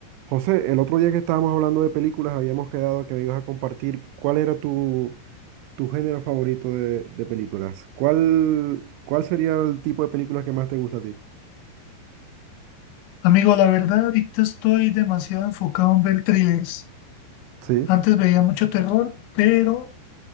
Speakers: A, on the right; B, on the left.
A: José, el otro día que estábamos hablando de películas, habíamos quedado que me ibas a compartir cuál era tu, tu género favorito de, de películas. ¿Cuál, cuál sería el tipo de películas que más te gusta a ti?
B: Amigo, la verdad, ahorita estoy demasiado enfocado en ver thrillers.
A: Sí.
B: Antes veía mucho terror, pero